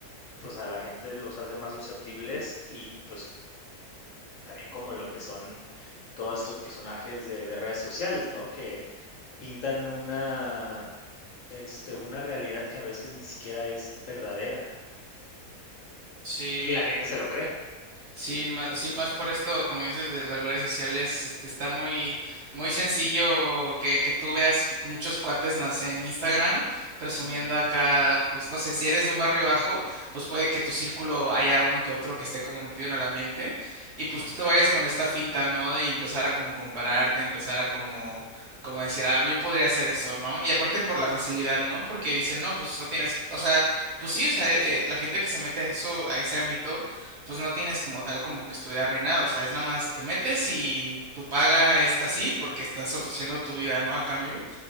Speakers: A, on the left (about 60°); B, on the right (about 50°).
A: pues a la gente los hace más susceptibles y pues también como lo que son todos estos personajes de, de redes sociales, ¿no? Que pintan una, este, una realidad que a veces ni siquiera es verdadera
B: Sí,
A: y la gente se lo cree.
B: Sí, más, sí, más por esto, como dices, de las redes sociales, este, está muy, muy sencillo que, que tú veas muchos cuates, no sé, en Instagram, presumiendo
A: Uh -huh,
B: acá, pues no sé, si eres de un barrio bajo, pues puede que tu círculo haya uno que otro que esté como metido en el ambiente, y pues
A: uh
B: tú
A: -huh,
B: te vayas con esta finta, ¿no? De empezar a como compararte, empezar a como, como decir, ah, yo podría hacer eso, ¿no? Y aparte por la facilidad, ¿no? Porque dicen, no, pues no tienes, o sea, pues sí, o sea, eh, eh, la gente que se mete a eso, a ese ámbito, pues no tienes como tal como que estudiar ni nada, o sea, es nada más te metes
A: uh
B: y
A: -huh.
B: tu paga está así porque estás ofreciendo tu vida, ¿no? A cambio.